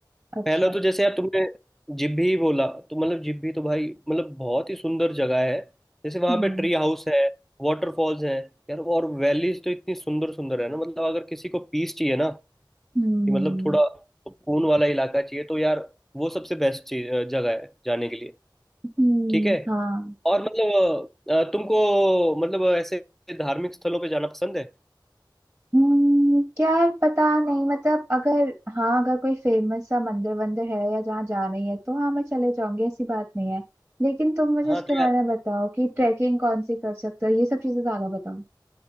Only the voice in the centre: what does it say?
पहला तो जैसे यार तुमने जिब्भी ही बोला तो मतलब जिब्भी तो भाई मतलब बहुत ही सुंदर जगह है जैसे वहां
पे ट्री हाउस है वाटरफॉल्स है यार और वैलीज तो इतनी सुंदर सुंदर है ना मतलब अगर किसी को पीस चाहिए ना
कि मतलब थोड़ा सुकून वाला इलाका चाहिए तो यार वो सबसे बेस्ट चीज अ, जगह है जाने के लिए
ठीक है
और मतलब अ, अ, तुमको मतलब ऐसे धार्मिक स्थलों पे जाना पसंद है
हाँ
तो
यार